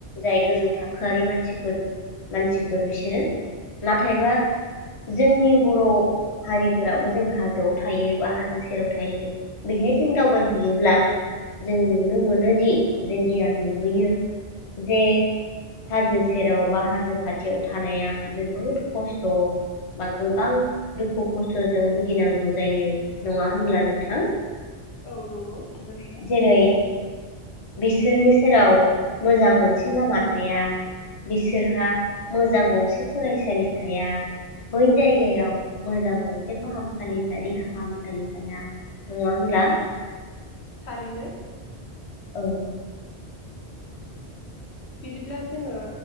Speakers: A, on the left; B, on the left.
A: जाय गोजौ थाखोआरि मानसिफोरनि मानसिफोर बिसोर बिसोरो नाथायबा जोंनि बर' हारिफोराबो जों हाजोआव थायो बा हाजो सेराव थायो बेहाय जों दावबायहैयोब्ला जों नुनो मोनोदि जों गियान मोनबोयो जे हाजो सेराव बा हाजो खाथियाव। थानाया जोबोद खस्थ' बा गोबां दुखु खस्थ' खसथजों भुगिनांगौ जायो नङा
B: औ
A: होनब्ला
B: नंगौ
A: नोंथां
B: औ नंगौ जोबोरैनो
A: जेरै बिसोरनि सेराव मोजां मोनसे लामा थाया बिसोरहा मोजां गंसे फरायसालि थाया बै जायगायाव मोजां गंसे फाहामसालिफ देहा फाहामसालि थाया नङा होनब्ला
B: थारैनो
A: औ
B: बिदिब्ला जोङो